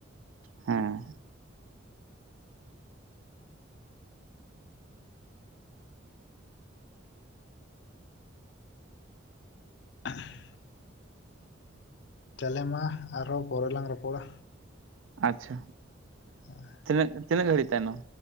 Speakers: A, on the right; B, on the left.
A: ᱦᱮᱸ᱾
B: <inaudible> ᱛᱟᱞᱮ ᱢᱟ ᱟᱨᱦᱚᱸ ᱯᱚᱨᱮ ᱞᱟᱝ ᱨᱚᱯᱚᱲᱟ᱾
A: ᱟᱪᱪᱷᱟ᱾
B: ᱟᱣᱟᱼᱼ <unintelligible>
A: ᱛᱤᱱᱟᱹᱜ-ᱛᱤᱱᱟᱹᱜ ᱜᱟᱹᱲᱤᱡ ᱛᱟᱭᱱᱚᱢ?